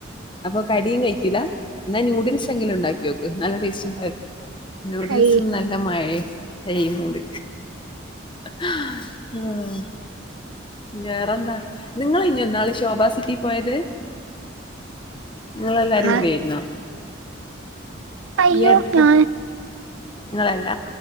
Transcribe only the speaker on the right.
ഐ.
ആ,
അയ്യോർ
ക